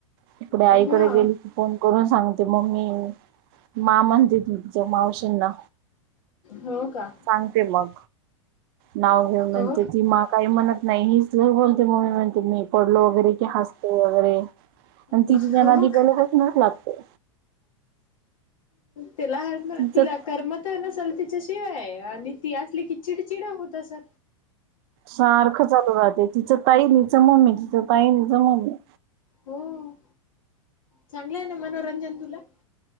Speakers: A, on the right; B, on the left.
A: तिकड आईकड
B: हा
A: गेली की फोन करून सांगते मम्मी. मा म्हणते ती तिच्या मावशी ना.
B: हों का?
A: सांगते मग नाव घेऊन म्हणते
B: हो
A: की मा काय? म्हणत नाही ही स्लो बोलते मम्मी म्हणते मी पडलो वगैरे की हासतो वगैरे. आणि ति
B: हो
A: तिच्या नादी पहील्या
B: का
A: पासुनच लागते.
B: तिला हातना
A: तिचं
B: तिला करम त नसल तिच्याशिवाय आणि ती असली की चिडचिड हं होत असल.
A: सारखं चालू राहतय तिचं ताई न ईचं मम्मी, तिचं ताई न ईच मम्मी.
B: हों चांगलंय नां मनोरंजन तुला.